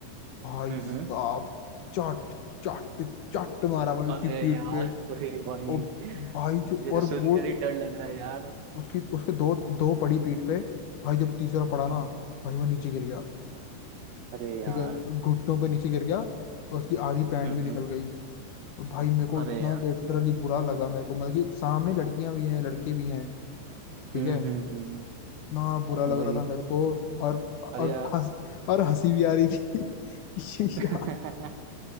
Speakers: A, on the left; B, on the right.
A: भाई
B: हाँ
A: साहब चट चट चट मारा भाई उसकी
B: अरे
A: पीठ
B: यार
A: पे
B: अरे भाई
A: ओ भाई
B: मुझे
A: जो
B: तो
A: और वो
B: सुनकर ही डर लग रहा है यार
A: उसकी उसके दो दो पड़ी पीठ पे भाई जब तीसरा पड़ा ना
B: हम्म,
A: भाई वो नीचे गिर गया
B: अरे यार
A: ठीक है घुटनों पे नीचे गिर गया और उसकी आधी पैंट
B: हाँ
A: भी निकल गई और भाई मेरे को
B: अरे
A: इतना
B: यार
A: लिटरली बुरा लगा मेरे को मतलब कि सामने लड़कियां भी हैं लड़के भी हैं ठीक
B: हम्म
A: है
B: हम्म
A: इतना बुरा लग
B: भाई
A: रहा था मेरे को और
B: अरे
A: और
B: यार
A: हंस और हंसी भी आ रही थी <laughs> कि
B: <laughs>
A: यार